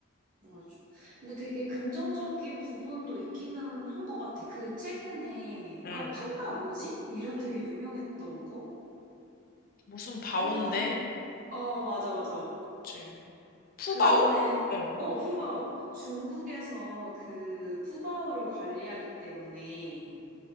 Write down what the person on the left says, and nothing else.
응.
무슨 바온데?
그치. 푸바오?
응.